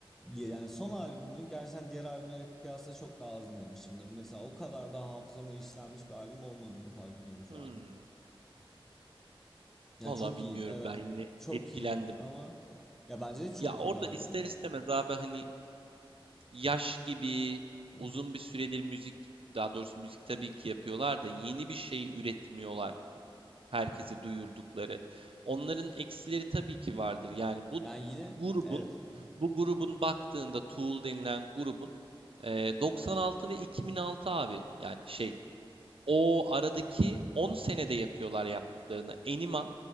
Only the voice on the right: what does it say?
Hmm,
vallahi
bilmiyorum.
Ben yine
etkilendim.
Ya
orada
ister istemez abi hani yaş gibi
uzun bir süredir müzik, daha doğrusu müzik tabii ki yapıyorlar da yeni bir şey üretmiyorlar herkese duyurdukları. Onların eksileri tabii ki vardır. Yani bu
grubun,
bu grubun baktığında Tool denilen grubun e, 96 ve 2006 abi yani şey o aradaki 10 senede yapıyorlar yaptıklarını. Enima